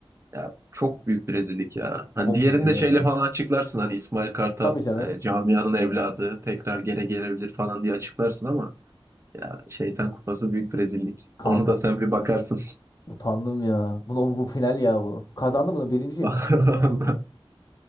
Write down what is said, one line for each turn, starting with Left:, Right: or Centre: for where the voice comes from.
Right: Ya çok büyük bir rezillik ya. Hani
Left: baba
Right: diğerinde
Left: bu ne
Right: şeyle
Left: ya?
Right: falan açıklarsın hani İsmail Kartal
Left: Tabii canım.
Right: e, camianın evladı tekrar geri gelebilir falan diye açıklarsın ama ya şeytan kupası büyük bir rezillik.
Left: Kanka
Right: Onu da sen bir bakarsın.
Left: utandım ya. Bunu bu final ya bu. Kazandı bunu birinci
Right: <laughs>
Left: yapayım.